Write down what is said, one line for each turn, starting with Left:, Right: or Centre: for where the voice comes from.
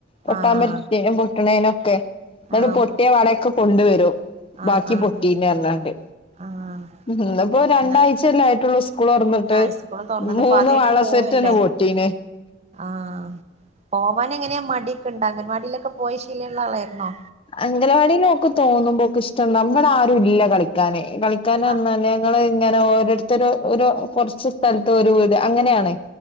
Left: പൊട്ടാപറ്റി
Right: ആഹ്
Left: പൊട്ടണേനൊക്കെ എന്നിട്ട്
Right: ആഹ്
Left: പൊട്ടിയ
Right: പൊട്ട
Left: വളയൊക്കെ കൊണ്ട് വരും
Right: ആഹ്
Left: ബാക്കി
Right: ആഹ്
Left: പൊട്ടീന്ന് പറഞ്ഞാണ്ട്.
Right: ആഹ്
Left: ഉം ഇന്നിപ്പോ രണ്ടാഴ്ച
Right: അങ്ങനെ
Left: അല്ലേ ആയിട്ടുള്ളു സ് ളു തുറന്നിട്ട്
Right: ആഹ് സ്കൂള് തുറന്നിട്ട്
Left: മൂന്ന്
Right: ഇപ്പ ആദ്യായിട്ട്
Left: വള
Right: പോവല്ലേ
Left: സെറ്റ് തന്നെ പൊട്ടിനേ
Right: ആഹ് പോവൻ എങ്ങനെയാ മടിയൊക്കെ ഉണ്ടേ അങ്കൻവാടിയിലൊക്കെ പോയി ശിലയുള്ള ആളായിരുന്നോ?
Left: അംഗലവാടി ഓല്ക്ക് തോന്നുമ്പോ ഒക്കെ ഇഷ്ട നമ്മുടെ ആരും ഇല്ല കളിക്കാന് കളിക്കാൻ പറഞ്ഞാല്
Right: ആഹ്
Left: ള് ഇങ്ങനെ ഓരോരുത്തര് ഒരു കുറച്ച് സ്ഥലത്ത് ഒരു വീട് അങ്ങനെയാണ്.